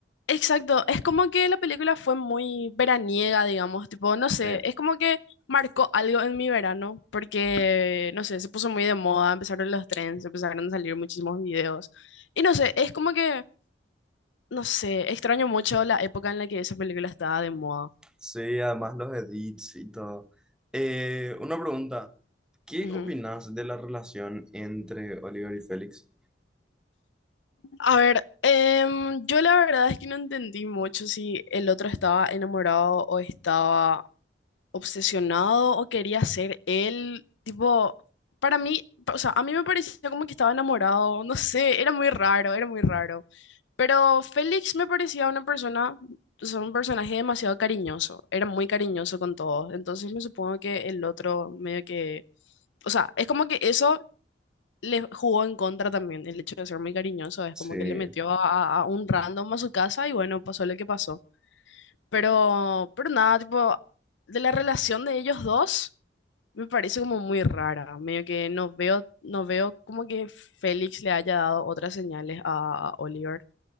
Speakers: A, on the left (about 85°); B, in the centre.
A: exacto, es como que la película fue muy veraniega, digamos, tipo, no
B: Sí.
A: sé, es como que marcó algo en mi verano, porque, no sé, se puso muy de moda, empezaron los trends, empezaron a salir muchísimos videos. Y no sé, es como que no sé, extraño mucho la época en la que esa película estaba de moda.
B: Sí, además los edits y todo. Eh, una pregunta, ¿qué
A: Ujú.
B: opinas de la relación entre Oliver y Félix?
A: A ver, em, yo la verdad es que no entendí mucho si el otro estaba enamorado o estaba obsesionado o quería ser él, tipo, para mí, o sea, a mí me parecía como que estaba enamorado, no sé, era muy raro, era muy raro. Pero Félix me parecía una persona, o sea, un personaje demasiado cariñoso, era muy cariñoso con todos, entonces me supongo que el otro medio que, o sea, es como que eso le jugó en contra también, el hecho de ser muy cariñoso, es
B: Sí,
A: como que le metió a, a un random a su casa y bueno, pasó lo que pasó. Pero, pero nada, tipo, de la relación de ellos dos, me parece como muy rara. Medio que no veo, no veo como que Félix le haya dado otras señales a, a Oliver.